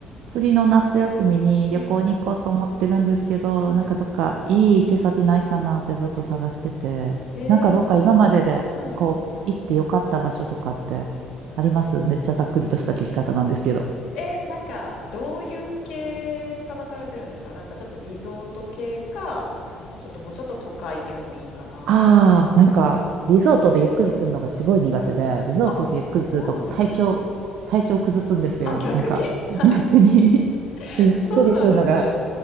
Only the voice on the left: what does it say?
うん。はい。
へ
え。はい。え、なんか、どういう系探されてるんですかなんかちょっとリゾート系か、ちょっともうちょっと都会でもいいかなと。
あ、そうなんですね。
あ、逆に
<laughs> はい。
<laughs>
そうなんですね。